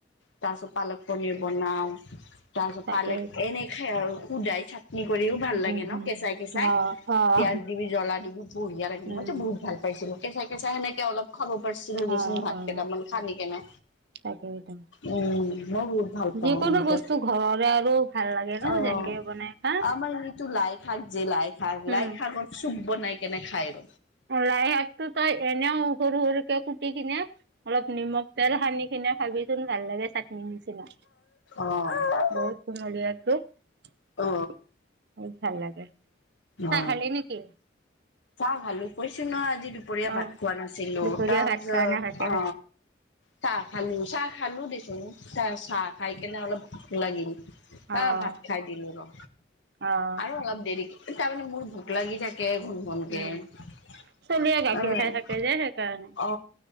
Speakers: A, on the left; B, on the right.
A: তাৰ পিছত পালক পনিৰ বনাও। তাৰিছত
B: তাকেইতো
A: পালেক এনেকে আৰু সুদাই থাকে। নি কৰিও ভাল লাগে
B: উম,
A: ন
B: উম,
A: কেঁচাই-কেচাই,
B: অ', অ',
A: পিয়াজ জ্বলা দিব বঢিয়া লাগিল
B: উম,
A: মইত বহুত ভাল পাইছিলোে চে চাইেনেকে অলপ খাব পাৰছিলো দেচোন
B: অ',
A: ভাত
B: অ',
A: কেইটামান খান কেনে,
B: তাকেইতো
A: উম মই বহুত ভাল পাওঁ
B: যিকোনো
A: এনেকে,
B: বস্তু ঘৰৰে আৰু ভাল লাগে ন'
A: অ'
B: যেনকে বনাই খা
A: আমাৰ এইটো লাই থাক য লাই খাক
B: উম,
A: লাই খাক চুব নাই কেনে খাই ৰ।
B: লাইশাকতো তই এনেও সৰু সৰুকে কুটি কিনে অলপ নিমখ তেল সানি সেইনেনা ভাবি চোন ভাল লাগে চাটনি নিচিনা।
A: অ অ
B: বহুত কমলীয়া তো বত
A: অ
B: ভাল লাগে। চাহ
A: অ
B: খালি নেকি?
A: চা ভালো কৈছো ন আজি দু দুুপৰীয়া
B: অ',
A: ভাত খোৱা নাছিলো
B: দুপৰীয়া
A: তাৰপিছত
B: ভাত খোৱা নে ভাতে
A: অ
B: খালি?
A: চাহ খালো চাহ খালো দেছোন চাহ চাহ খাই কেনে অলপ ভাল লাগিল
B: অ',
A: আহ ভাত খাই দিলো ৰ
B: অ',
A: আৰু অলপ দেৰি তাৰমানে মোৰ ভ ভোক লাগি থাকে ঘোন ঘণকৈ
B: উম, চলিয়ে গাখীৰ
A: উম
B: খাই থাকে যে সেইকাৰণে।
A: অ